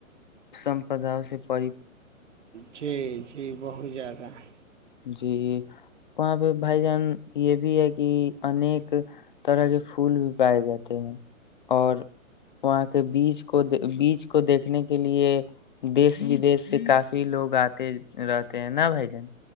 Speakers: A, on the left (about 35°); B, on the right (about 55°).
A: سمپداؤ سے پ
B: جی جی بہت زیادہ بہ
A: جی وہاں پہ بھائی جان یہ بھی ہے کہ انیک طرح کے پھول بھی پائے جاتے ہیں اور وہاں کے بیچ کو بیچ کو دیکھنے کے لیے دیس ودیش سے کافی لوگ آتے رہتے ہیں ن بھائی جان